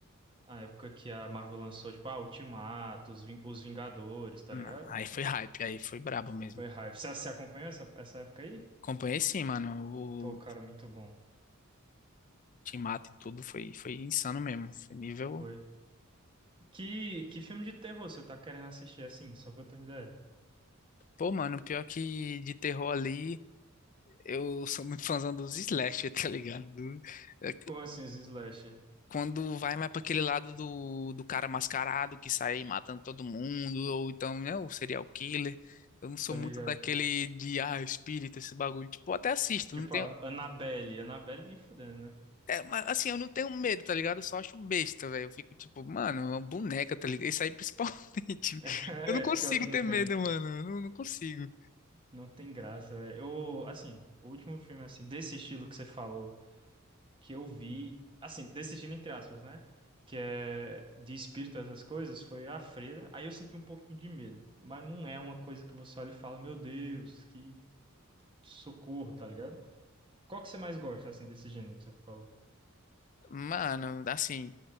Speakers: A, on the right; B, on the left.
A: a época que a Marvel lançou, tipo, a Ultimato, os, Ving- os Vingadores, tá
B: Não,
A: ligado?
B: aí foi hype, aí foi brabo mesmo.
A: Foi hype. Você acompanhou essa, essa época aí?
B: Acompanhei sim, mano. O
A: Pô, cara,
B: o
A: muito bom.
B: Ultimato e tudo foi, foi insano mesmo. Foi nível.
A: Foi. Que, que filme de terror você tá querendo assistir assim, só pra eu ter uma ideia?
B: Pô, mano, pior que de terror ali, eu sou muito fãzão dos slasher, <laughs> tá ligado? Do- é,
A: Como assim, os slasher?
B: quando vai mais para aquele lado do, do cara mascarado que sai matando todo mundo, ou então, né, o serial killer. Eu não sou
A: Tô
B: muito
A: ligado.
B: daquele de, ah, espírita, esse bagulho. Tipo, eu até assisto,
A: Tipo,
B: não tenho.
A: a Annabelle. Annabelle nem fudendo, né?
B: é, mas assim, eu não tenho medo, tá ligado? Eu só acho besta, velho. Eu fico tipo, mano, é uma boneca, tá ligado? Isso aí principalmente.
A: <laughs>
B: <laughs>
A: É,
B: Eu não consigo
A: pior que não
B: ter
A: tem.
B: medo, mano. Eu não, não consigo.
A: Não tem graça, velho. Eu, assim, o último filme, assim, desse estilo que você falou, que eu vi, assim, desse estilo entre aspas, né? Que é de espírito, essas coisas, foi A Freira. Aí eu senti um pouquinho de medo. Mas não é uma coisa que você olha e fala, meu Deus, que socorro, tá ligado? Qual que você mais gosta, assim, desse gênero que você falou?
B: Mano, assim.